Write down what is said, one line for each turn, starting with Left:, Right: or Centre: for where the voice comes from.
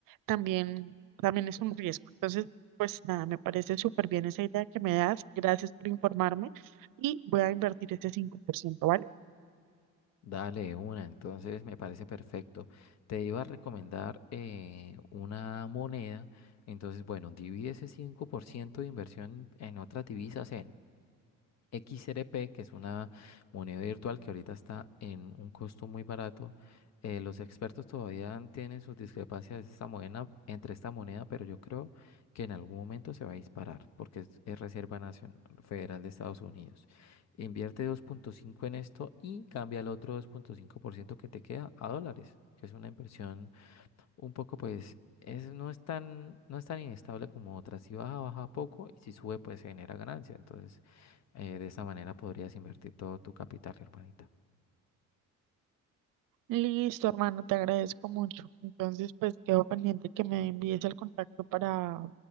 Right: también, también es un riesgo. Entonces, pues nada, me parece súper bien esa idea que me das, gracias por informarme y voy a invertir ese cinco por ciento ¿vale?
Left: Dale de una, entonces me parece perfecto. Te iba a recomendar eh, una moneda, entonces, bueno, divide ese 5% de inversión en otras divisas en XRP, que es una moneda virtual que ahorita está en un costo muy barato. Eh, los expertos todavía tienen sus discrepancias de esta moneda, entre esta moneda, pero yo creo que en algún momento se va a disparar porque es, es Reserva Nacional Federal de Estados Unidos. Invierte 2.5 en esto y cambia el otro 2.5% que te queda a dólares, que es una inversión un poco, pues, es, no es tan, no es tan inestable como otras. Si baja, baja poco y si sube, pues se genera ganancia. Entonces, eh, de esa manera podrías invertir todo tu capital, hermanita.
Right: Listo, hermano, te agradezco mucho. Entonces, pues quedo pendiente que me envíes el contacto para,